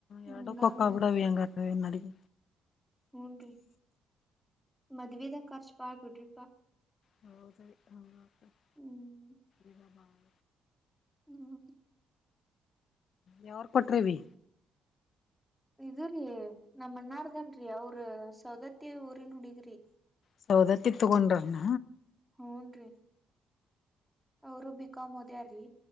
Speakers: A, in the centre; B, on the left (about 60°).
A: ಹ್ಮ್
B: ಎರಡುಕೊ
A: ಹಿಂಗಾಗ್
B: ಅಕ್ಕವ
A: ಮತ್ತ
B: ಬಿಡು ಅವಿ ಹಂಗದ್ರಾ ನಡಿತ
A: ಹುನ್ರಿ ಮದವಿದ ಖರ್ಚ ಬಾಳ ಬಿಡ್ರಿಪಾ
B: ಹೌದ್ರೀ ಹಂಗ ಅಕೇತ್
A: ಹ್ಮ್
B: ಈದ ಬಾಳ <unintelligible>
A: <inaudible>
B: ಯಾವ್ ಊರ್ ಕೊಟ್ರ ಅವಿ,
A: ಇದು ರಿ ನಮ್ಮ ಅನ್ನರದಲ್ಲರಿ ಅವ್ರ ಸವದತ್ತಿ ಊರಿನ ಹುಡ್ಗಿರಿ.
B: ಸೌದತ್ತಿಗ್ ತೊಗೊಂಡ್ರ್ ಏನ್?
A: ಹೂನ್ರಿ ಅವರು ಬಿಕಾಂ ಓದ್ಯಾರಿ.